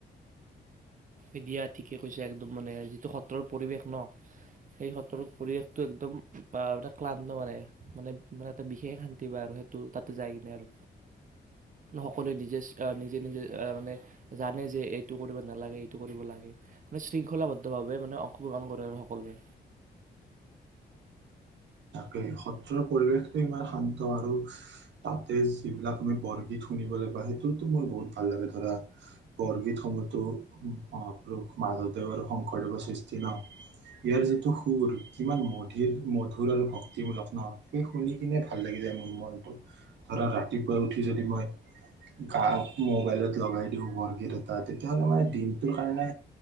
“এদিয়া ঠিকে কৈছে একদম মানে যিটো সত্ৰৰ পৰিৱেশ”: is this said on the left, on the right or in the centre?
Right